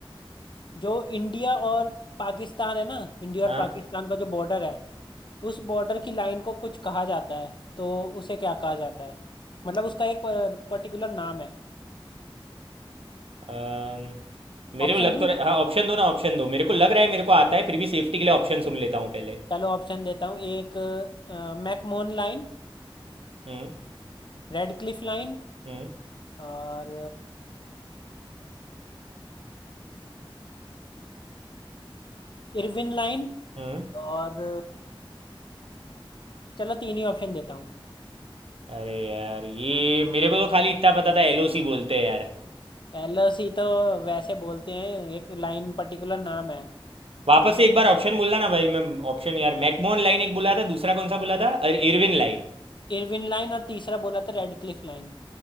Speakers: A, on the left; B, on the right.
A: जो इंडिया और पाकिस्तान है ना इंडिया
B: हाँ
A: और पाकिस्तान का जो बॉर्डर है उस बॉर्डर की लाइन को कुछ कहा जाता है तो उसे क्या कहा जाता है मतलब उसका एक पर्टिकुलर नाम है
B: अम, मेरे
A: ऑप्शन
B: को लग
A: दूं
B: तो रहा हाँ ऑप्शन दो ना ऑप्शन दो मेरे को लग रहा है मेरे को आता है फिर भी सेफ्टी के लिए ऑप्शन सुन लेता हूँ पहले
A: चलो ऑप्शन देता हूँ एक McMahon line
B: हम्म
A: Radcliffe line
B: हम्म
A: और इरविन लाइन
B: हम्म
A: और चलो तीन ही ऑप्शन देता हूँ
B: अरे यार ये मेरे को तो खाली इतना पता था एलओसी बोलते हैं यार
A: एलओसी तो वैसे बोलते हैं एक लाइन पर्टिकुलर नाम है
B: वापस से एक बार ऑप्शन बोलना ना भाई मैं ऑप्शन यार मैकमोहन लाइन एक बोला था दूसरा कौन सा बोला था अरे Irwin line
A: इरविन लाइन और तीसरा बोला था रेड क्लिफ लाइन